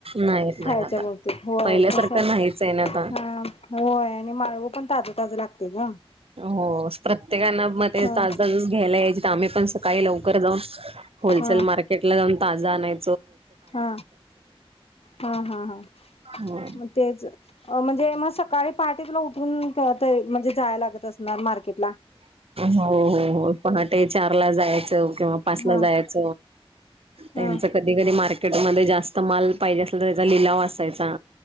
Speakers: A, on the right; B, on the left.
A: नाहीत नाही
B: खायच्या
A: आता.
B: बाबतीत होय
A: पहिल्यासारखं
B: कस ह
A: नाहीच आहे ना आता.
B: होय आणि माळवं पण ताज ताज लागतेय ग
A: हो स्ट्रक प्रत्येकाना म ते
B: हा
A: तास ताजच घ्यायला याचे तर आम्ही पण स <unintelligible> होलसेल
B: हा
A: मार्केट ला जाऊन ताजा आणाय
B: हा हा हा हा
A: हो
B: मग तेच म्हणजे म सग सकाळी पहाटेेत ना उठून पळतय म्हणजे जाय लागत असणार मार्केट
A: हो हो हो पहाटे चारला जायचं. <unintelligible> किंवा पाचला
B: हा
A: जायच त्यांच
B: हा
A: कधी कधी मार्केटमध्ये जास्त तो माल पाहिजे असेल तर त्याचा लिलाव असायचा.